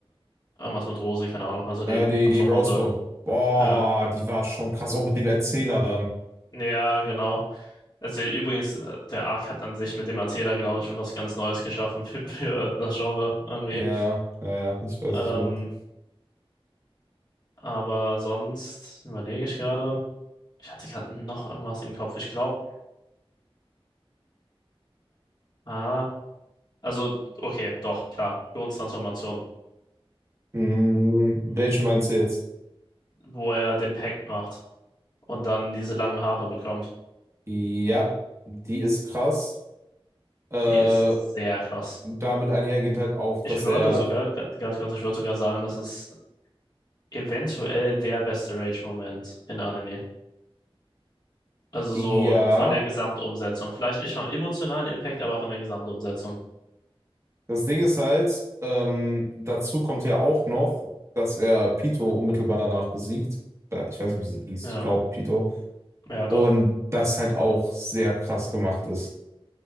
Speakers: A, on the left; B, on the right.
A: irgendwas mit Rose, keine Ahnung, also
B: Äh,
A: die
B: die,
A: Atombombe.
B: die Rosebomb. Boah,
A: Ja.
B: die war schon krass, auch mit dem Erzähler dann.
A: Ja, genau. Also übrigens, äh, der Arc hat an sich mit dem Erzähler, glaube ich, was ganz Neues geschaffen für, <laughs> für das Genre irgendwie.
B: Ja, ja, ja, ich weiß,
A: Ähm,
B: was du meinst.
A: aber sonst überlege ich gerade. Ich hatte gerade noch irgendwas im Kopf. Ich glaube, ah, also, okay, doch, klar. Gourn-Transformation
B: Hm, welche meinst du jetzt?
A: wo er den Pact macht und dann diese langen Haare bekommt.
B: Ja, die ist krass. Äh,
A: Die ist sehr krass.
B: damit einhergehend halt auch,
A: Ich
B: dass
A: würde
B: er,
A: sogar, ga- ganz kurz, ich würde sogar sagen, das ist eventuell der beste Rage-Moment in Anime. Also
B: ja,
A: so von der Gesamtumsetzung. Vielleicht nicht vom emotionalen Impact, aber von der Gesamtumsetzung.
B: das Ding ist halt, ähm, dazu kommt ja auch noch, dass er Pito unmittelbar danach besiegt. Da- Ich weiß nicht, wie sie hieß,
A: Ja,
B: ich glaube Pito.
A: ja,
B: Und
A: doch.
B: das halt auch sehr krass gemacht ist.